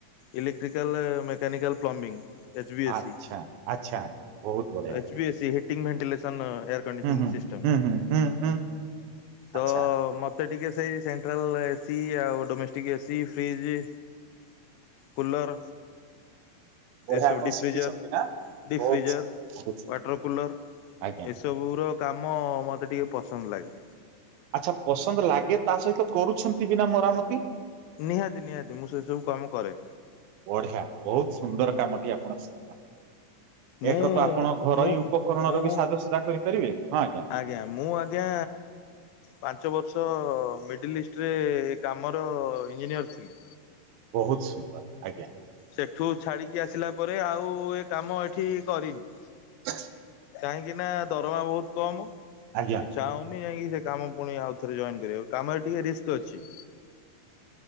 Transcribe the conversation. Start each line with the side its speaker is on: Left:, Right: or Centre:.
Left: electrical mechanical plumbing H V A
Right: ଆଚ୍ଛା
Left: C
Right: ଆଚ୍ଛା ବହୁତ ବଢିଆ
Left: H V A C heating ventilation କଣ୍ଡିସନ
Right: ହୁଁ ହୁଁ
Left: ସିଷ୍ଟମ
Right: ହୁଁ ହୁଁ ହୁଁ ହୁଁ
Left: ତ
Right: ଆଚ୍ଛା
Left: ମତେ ଟିକେ ସେଇ ସେଣ୍ଟ୍ରାଲ ଏସି ଆଉ ଡୋମେଷ୍ଟିକ ଏସି ଫ୍ରିଜ କୁଲର୍
Right: ବଢିଆ
Left: ଏସବୁ
Right: ଆପଣ
Left: ଡି
Right: ଶିଖିଛନ୍ତି
Left: ଫ୍ରିଜର
Right: ନା?
Left: ଡି
Right: ବହୁତ
Left: ଫ୍ରିଜର
Right: ସୁନ୍ଦର
Left: ୱାଟର
Right: ବହୁତ ସୁନ୍ଦର
Left: କୁଲର
Right: ଆଜ୍ଞା
Left: ଏସବୁ ସବ ର କାମ ମତେ ଟିକେ ପସନ୍ଦ ଲାଗେ
Right: ଆଚ୍ଛା ପସନ୍ଦ ଲାଗେ ତା ସହିତ କରୁଛନ୍ତି ବିନା ମରାମତି
Left: ନିହାତି ନିହାତି ମୁଁ ସେ ସବୁ କାମ କରେ
Right: ବଢିଆ ବହୁତ ସୁନ୍ଦର କାମଟି ଆପଣ ଶଖ
Left: ମୁଁ
Right: ଏକ ତ ଆପଣ ଘରୋଇ
Left: ମୁଁ
Right: ଉପକରଣ
Left: ମୁଁ
Right: ର ବି ସାଜସଜା କରିପାରିବେ ହଁ ଆଜ୍ଞା
Left: ଆଜ୍ଞା ମୁଁ ଆଜ୍ଞା ପାଞ୍ଚ ବର୍ଷ ମିଡିଲ ଇଷ୍ଟରେ କାମର ଇଞ୍ଜିନିୟର ଥିଲି
Right: ବହୁତ ସୁନ୍ଦର ଆଜ୍ଞା
Left: ସେଠୁ ଛାଡିକି ଆସିଲା ପରେ ଆଉ ଏ କାମ ଏଠି କରିନି
Right: ହ
Left: କାହିଁକି ନା ଦରମା ବହୁତ କମ
Right: ଆଜ୍ଞା
Left: ଚାହୁଁନି ଯାଇକି ସେ କାମ ପୁଣି ଆଉ ଥରେ ଜଏନ କର କାମରେ ଟିକେ ରିସ୍କ ଅଛି